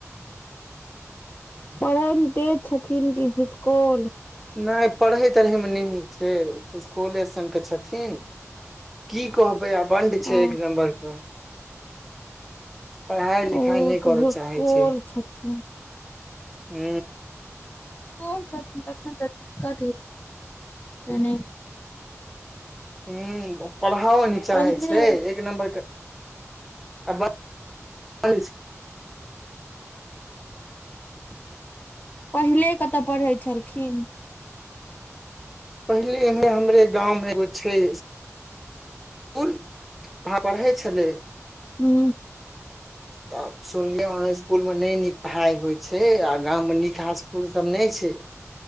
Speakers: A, on the left; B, in the centre.
A: पढ़यमे देज छथिन कि भूसकोल
B: नहि पढ़ै तढ़ै मे नहि नीक छै भूसकौले सन के छथिन कि कहबै आबंड छै
A: अ
B: एक नम्बरके पढ़ाइ लिखाइ
A: ओ
B: नहि
A: तऽ
B: करय
A: भुसकोल
B: चाहै छै।
A: छथिन
B: हू।
A: तखन तऽ दिक्कत ह
B: हू पढ़ाओ नहि चाहै
A: पहिले
B: छै एक नम्बर के आ ब <unintelligible> <inaudible>
A: पहिले कतऽ पढ़ै छलखिन?
B: पहिले हमरे गाव मे एगो छै स्कूल पढ़ै छलै
A: हू।
B: ताप। सुनलियए इकूल मे नै नीक पढ़ाई होय छै आ गाव निकाकल सभ नहि छै